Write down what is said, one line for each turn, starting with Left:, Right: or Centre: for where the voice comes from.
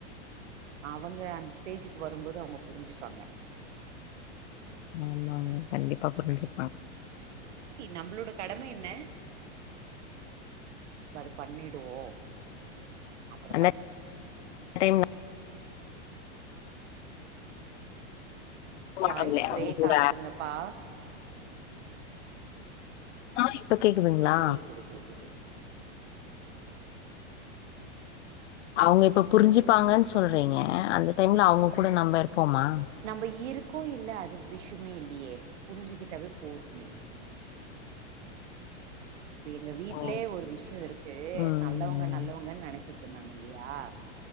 Right: அவங்க அந்த ஸ்டேஜ்க்கு வரும்போது அவங்க புரிஞ்சிப்பாங்க
Left: ஆமாங்க கண்டிப்பா புரிஞ்சி
Right: ஆ ஆ சேரி நம்ளோட கடம என்ன நம்ம அது பண்ணிடுவோ அப்றோ
Left: அந்த
Right: பாத்துக்லா
Left: <unintelligible> நம்ப மாட்டோம்
Right: வாய்ஸ்
Left: இல்லையா?
Right: பிரேக்
Left: அவங்க கூட
Right: ஆகுதுங்கபா
Left: ஆ இப்ப கேக்குதுங்களா?
Right: ஆ கேக்குது கேக்குது ம் சொல்லுங்க ம்
Left: அவங்க இப்ப புரிஞ்சிப்பாங்கன்னு சொல்றிங்க அந்த டைம்ல அவங்க கூட நம்ம இருப்போமா
Right: நம்ம இருக்கோ இல்ல அது விஷ்யமே இல்லயே புரிஞ்சிகிட்டாவே போதுமே ஆ இப்ப எங்க வீட்லே
Left: ஓ!
Right: ஒரு விஷ்யோ இருக்கு
Left: ம், ம்.
Right: நல்லவங்க நல்லவங்கன்னு நெனச்சிட்ருந்தாங்க இல்லயா